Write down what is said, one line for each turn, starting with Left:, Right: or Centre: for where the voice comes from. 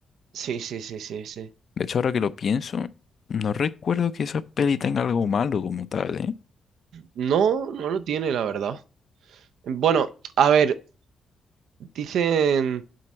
Right: Sí, sí, sí, sí, sí.
Left: De hecho, ahora que lo pienso, no recuerdo que esa peli tenga algo malo como tal, ¿eh?
Right: No, no lo tiene, la verdad. Bueno, a ver, dicen.